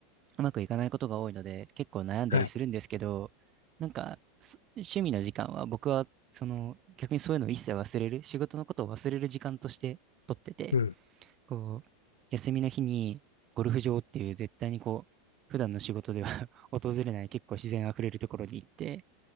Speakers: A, on the right; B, on the left.
A: うまくいかないことが多いので、結構悩んだりするんですけど、
B: はい。
A: なんか、そ趣味の時間は僕は、その、逆にそういうのを一切忘れる、仕事のことを忘れる時間として取ってて、
B: うん。
A: こう、休みの日にゴルフ場っていう絶対にこう、普段の仕事では <laughs> 訪れない結構自然あふれるところに行って、